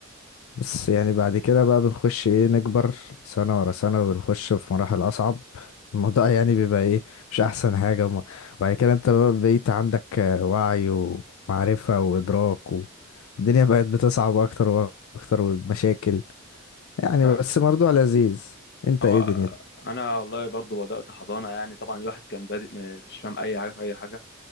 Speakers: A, on the left; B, on the left.
A: بس يعني بعد كده بقى بنخش ايه نكبر سنة ورا سنة وبنخش في مراحل أصعب الموضوع يعني بيبقى ايه مش أحسن حاجة وم- وبعد كده انت بقى بقيت عندك آه، وعي ومعرفة وإدراك والدنيا بقت بتصعب أكتر وأكتر ومشاكل يعني
B: أه،
A: بس برضه لذيذ انت
B: أو
A: ايه
B: آه،
A: دنيتك؟
B: أنا والله برضو بدأت حضانة يعني طبعا الواحد كان بادئ م- مش فاهم أي حاجة في أي حاجة